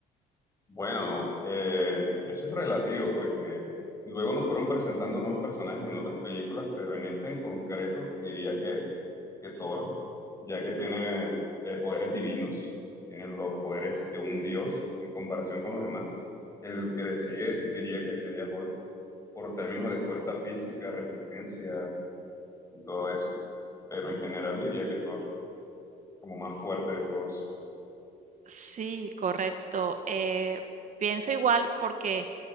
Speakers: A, on the left; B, on the right.
A: Bueno, eh, eso es relativo porque luego nos fueron presentando nuevos personajes en otras películas, pero en esta en concreto diría que, que Thor, ya que tiene eh, poderes divinos, tiene los poderes de un dios en comparación con los demás. El que le sigue diría que sería Hulk por términos de fuerza física, resistencia y todo eso, pero en general diría que Thor como más fuerte de todos.
B: Sí, correcto. Eh, pienso igual porque